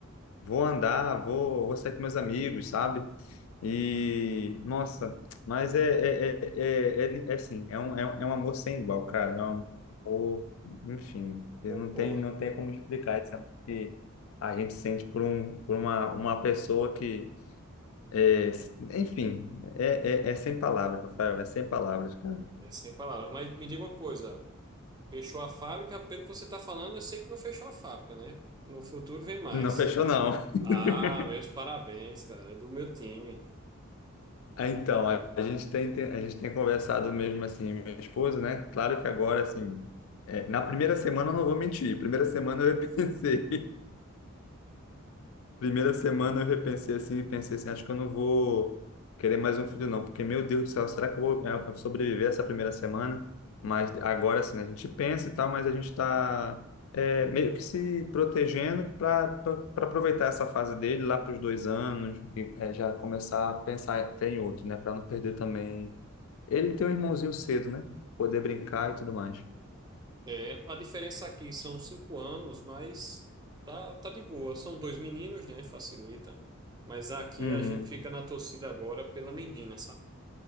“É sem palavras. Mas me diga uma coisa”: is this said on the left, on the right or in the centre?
Right